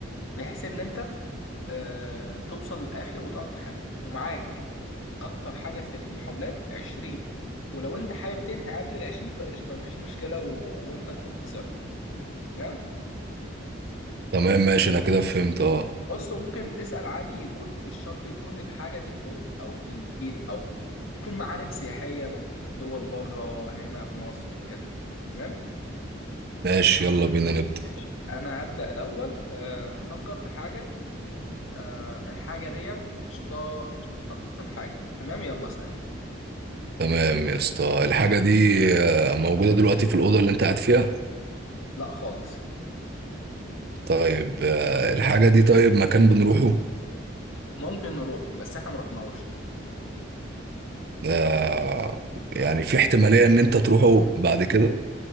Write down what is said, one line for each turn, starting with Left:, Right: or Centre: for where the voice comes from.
Left: بحيث ان انت آه، توصل للاخر وتقعد تخمن ومعاك اكتر حاجه في المحاولات 20 ولو انت حابب تنهي قبل ال 20 فقشطه مفيش مشكله و... وانت تكون خسرت تمام
Right: تمام ماشي انا كده فهمت اه
Left: بص هو ممكن تسأل عادي يكون مش شرط يكون الحاجة دي في أوضتي أو في البيت أو ممكن تكون معالم سياحية موجودة في دول بره هنا في مصر كده تمام
Right: ماشي يلا بينا نبدأ
Left: ماشي أنا هبدأ الأول أه هفكر في حاجة أه الحاجة ديت قشطة قشطة. فكرت في حاجة تمام يلا اسألني
Right: تمام يا اسطى الحاجة دي آه، موجودة دلوقتي في الأوضة اللي انت قاعد فيها
Left: لا خالص
Right: طيب آه، الحاجة دي طيب مكان بنروحه
Left: ممكن نروح بس احنا مروحناهوش
Right: آه، يعني في احتمالية ان انت تروحه بعد كده